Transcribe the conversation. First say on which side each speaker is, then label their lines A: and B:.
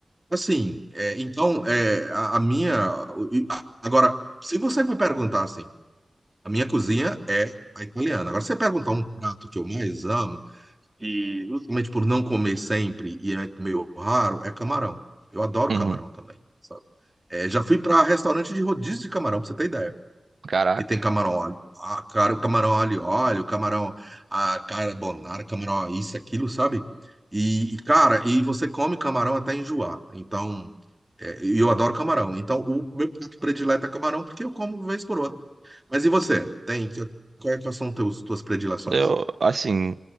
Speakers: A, on the right; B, on the right.
A: Assim, é, então, é, a, a minha. Agora, se você me perguntar assim, A minha cozinha é a italiana. Agora, se você perguntar um prato que eu mais amo, e justamente por não comer sempre e é meio raro, é camarão. Eu adoro
B: Uhum.
A: camarão também, sabe? É, já fui para restaurante de rodízio de camarão, pra você ter ideia.
B: Caraca.
A: Que tem camarão óleo. Ah, cara, o camarão alho e óleo, camarão ah, carbonara, camarão isso, aquilo, sabe? E, e, cara, e você come camarão até enjoar. Então, é, e eu adoro camarão. Então, o meu prato predileto é camarão porque eu como vez por outra. Mas e você? Tem? que- Quais quais são teus, tuas predileções?
B: Eu, assim,